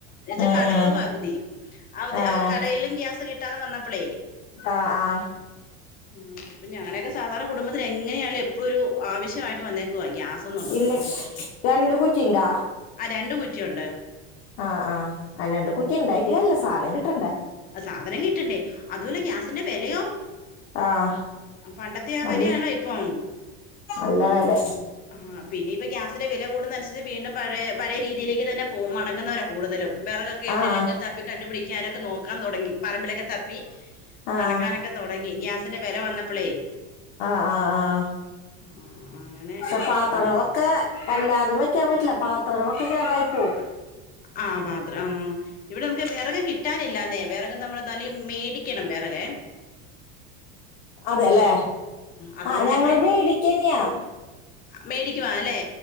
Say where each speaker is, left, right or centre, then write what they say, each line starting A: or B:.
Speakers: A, on the left; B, on the left.
A: എന്താ വെച്ച
B: ഉം
A: കടകളും
B: ഉം
A: അവധി. അവ
B: ആഹ്
A: കടയിലും ഗ്യാസ് കി ട്ടാതെ വന്നപ്പോളെ,
B: ആഹ് ആഹ്
A: ഉം, ഞാനക്കേ സാധാരണ കുടുംബത്തിൽ എങ്ങ എങ്ങനെയാലുംഎപ്പോഴുംഒരു ആവശ്യമായിട്ട് വന്നേക്കുവ ഗ്യാസ ന്നുള്ളത്.
B: ഇൻഡക്ഷൻ രണ്ട് കുറ്റി ഇണ്ടാ
A: ആഹ്, രണ്ട് കുറ്റിയുണ്ട്.
B: ആഹ്, ആഹ് രണ്ട് കുറ്റി ഇണ്ടായിട് കാര്യം ഇല്ല, സാധനം കിട്ടണ്ട.
A: സാധനം കിട്ടണ്ടേ? അതുപോലെ ഗ്യാസിന്റെ വിലയോ?
B: ആഹ്
A: പണ്ടത്തെ ആഹ്
B: നല്ല
A: വിലയാണോ ഇപ്പം.
B: നല്ല വില.
A: ആ പിന്നെ, ഇപ്പ ഗ്യാസിന്റെ വില കൂടുന്നതി നനുസരിച്ച് വീണ്ടും പഴേ പഴയ രീതിയിലേക്ക് തന്നെ പോ മടങ്ങുന്നവരാ കൂടുതലും. വേറകൊ ക്കെ എവിടെന്നേലൊക്കെ
B: ആഹ്
A: തപ്പി കണ്ട് പിടിക്കാനൊക്കെ നോക്കി. നടക്കാൻ തുടങ്ങി. പറമ്പിലൊക്കെ തപ്പി
B: ആഹ്
A: നടക്കാനൊക്കെ തുടങ്ങി, ഗ്യാസിന്റെ വില വന്നപ്പോളേ.
B: ആഹ്, ആഹ്, ആഹ്
A: ആഹ്, ആഹ്, ആഹ് അങ്ങനെ
B: പക്ഷെ പാത്രങ്ങളൊക്കെ
A: ആ
B: എല്ലാതും വെക്കാൻ പറ്റില്ല. പാത്രങ്ങളൊക്കെ കേടായി പോവും.
A: ആഹ്, പാത്ര ആഹ്, ഇവിടെ നമുക്ക് വിറക്ക് കിട്ടാനില്ലാ ന്നേ? വിറക് നമ്മള് ത മേടിക്കണം വെറക്.
B: അതെ ല്ലേ?
A: അതുകൊണ്ടിപ്പ
B: ആഹ്, ഞങ്ങ വേടിക്കന്നെയാ.
A: മേടിക്കവാ അല്ലേ,